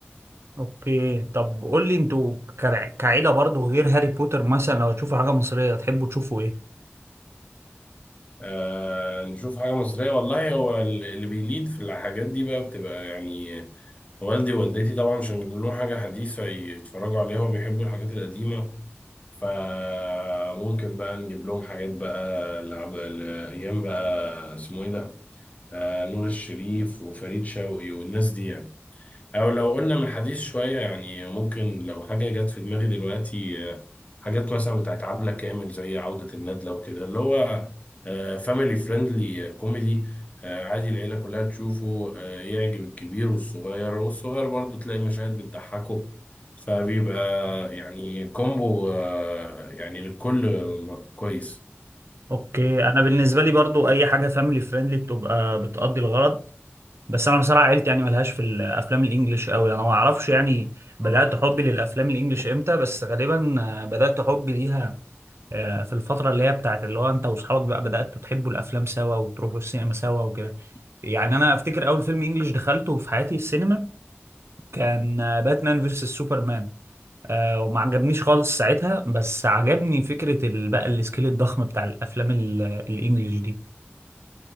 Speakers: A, on the right (about 70°); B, on the left (about 30°).
A: أوكي طب قول لي أنتوا كع- كعيلة برضو غير هاري بوتر مثلا لو تشوفوا حاجة مصرية تحبوا تشوفوا إيه؟
B: آه نشوف حاجة مصرية والله هو اللي بيليد في الحاجات دي بقى بتبقى يعني والدي ووالدتي طبعا مش هنجيب لهم حاجة حديثة يتفرجوا عليها وبيحبوا الحاجات القديمة فممكن بقى نجيب لهم حاجات بقى لعب الأيام بقى اسمه إيه ده؟ آه نور الشريف وفريد شوقي والناس دي يعني او لو قلنا من حديث شوية يعني ممكن لو حاجة جت في دماغي دلوقتي آه، حاجات مثلا بتاعت عبلة كامل زي عودة الندلة وكده اللي هو فاميلي فريندلي كوميدي عادي العيلة كلها تشوفه آه، يعجب الكبير والصغير والصغير برضه تلاقي مشاهد بتضحكه فبيبقى يعني كومبو آه، يعني للكل كويس
A: أوكي أنا بالنسبة لي برضو أي حاجة فاميلي فريندلي بتبقى بتقضي الغرض بس انا بصراحه عيلتي يعني ملهاش في الافلام الانجليش قوي انا ما اعرفش يعني بدات حبي للافلام الانجليش امتى بس غالبا آه، بدات حبي ليها آه، في الفتره اللي هي بتاعت اللي هو انت واصحابك بقى بداتوا تحبوا الافلام سوا وتروحوا السينما سوا وكده يعني انا افتكر اول فيلم انجليش دخلته في حياتي السينما كان آه، باتمان فيرسس سوبرمان آه وما عجبنيش خالص ساعتها بس عجبني فكره ال- بقى السكيل الضخم بتاع الافلام ال- آه، الانجليش دي